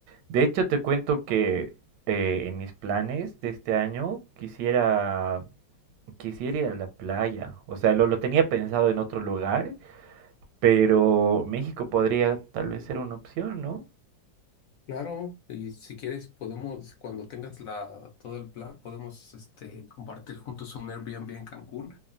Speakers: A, on the right (about 75°); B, on the left (about 70°).
A: De hecho, te cuento que eh, en mis planes de este año quisiera, quisiera ir a la playa. O sea, lo, lo tenía pensado en otro lugar, pero México podría tal vez ser una opción, ¿no?
B: Claro, y si quieres podemos, cuando tengas la, todo el plan, podemos este, compartir juntos un Airbnb en Cancún.